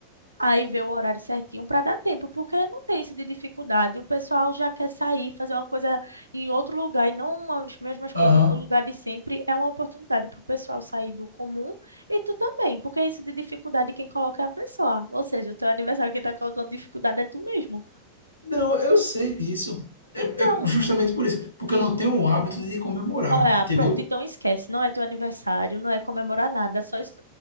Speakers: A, on the right; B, on the left.
A: Aí vê o horário certinho para dar tempo, porque não tem esse de dificuldade. O pessoal já quer sair, fazer uma coisa em outro lugar e não as mesmas coisas
B: Aham.
A: no lugar de sempre. É uma oportunidade para o pessoal sair do comum e tu também, porque isso de dificuldade quem coloca é a pessoa. Ou seja, o teu aniversário que está colocando dificuldade é tu mesmo.
B: Não, eu sei disso. É,
A: Então,
B: é justamente por isso. Porque eu não tenho o hábito de comemorar,
A: Olha,
B: entendeu?
A: pronto, então esquece. Não é teu aniversário, não é comemorar nada, é só es-